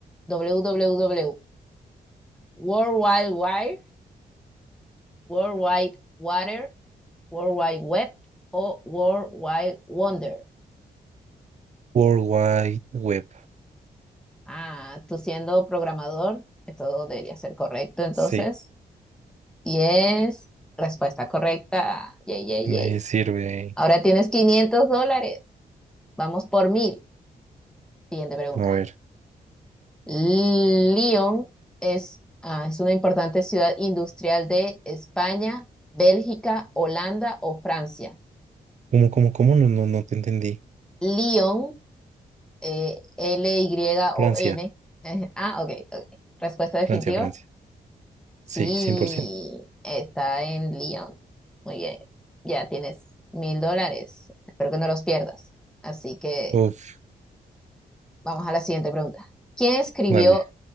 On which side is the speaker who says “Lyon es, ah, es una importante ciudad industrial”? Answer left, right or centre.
Centre